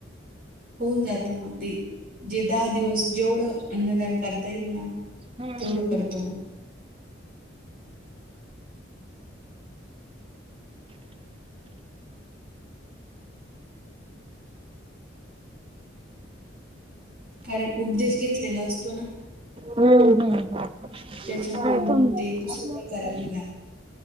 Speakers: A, on the right; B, on the right.
A: होऊन जातं मग ते जे दहा दिवस जेवढं अन्नदान करता येईल ना.
B: हम्म हम्म
A: तेवढं करतो
B: हम्म
A: मग कारण उपदेश घेतलेला असतो ना
B: हम्म
A: त्याच्यामुळे
B: हम्
A: मग
B: त
A: ते दुसरं काही करायला नाही